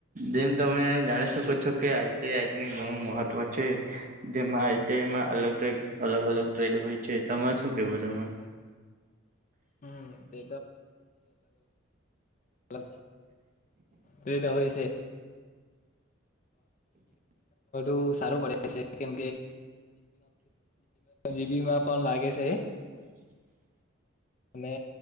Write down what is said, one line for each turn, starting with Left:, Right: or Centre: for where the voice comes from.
Right: જેમ તમે જાણી શકો છો. કે આઈટીઆ ઘણું મહત્વ છે જેમાં આઈટીઆઈમાં અલગ અલગ અલગ ટ્રેડ. હોય છે તમારે શું કેવું તમામે.
Left: હમ તે અલ દધ છે. ુ સારું પડે છે કેમ. જીબી માં પણ લાગે છે.
Right: <inaudible>
Left: અને